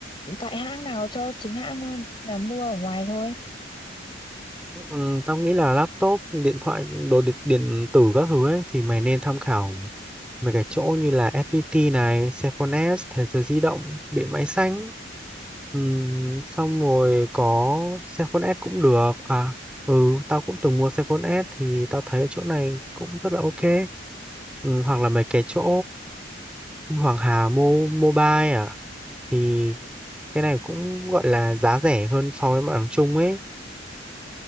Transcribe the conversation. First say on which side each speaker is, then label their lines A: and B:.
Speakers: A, on the left; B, in the centre.
A: tại hãng nào cho chính hãng không hay là mua ở ngoài thôi?
B: Ừm, tao nghĩ là laptop điện thoại đồ điện, điện tử các thứ ấy thì mày nên tham khảo mấy cái chỗ như là FPT này, Cellphone S, Thế giới di động, điện máy xanh Ừm, xong rồi có xe con S cũng được à ừ tao cũng từng mua xe con S thì tao thấy ở chỗ này cũng rất là ok Ừm, hoặc là mấy cái chỗ như Hoàng Hà Mo Mobile à thì cái này cũng gọi là giá rẻ hơn so với mặt bằng chung ấy